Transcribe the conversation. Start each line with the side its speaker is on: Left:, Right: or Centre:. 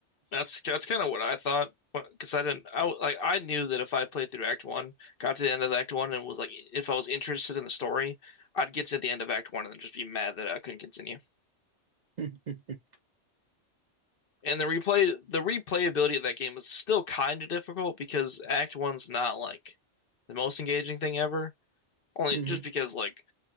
Left: That's that's kind of what I thought, because I didn't, I w- like I knew that if I played through Act One, got to the end of Act One, and was like, if I was interested in the story, I'd get to the end of Act One and then just be mad that I couldn't continue.
Right: it.
Left: And the replay, the replayability of that game is still kind of difficult because Act One's not like the most engaging thing ever. Only
Right: <laughs> hmm
Left: just because like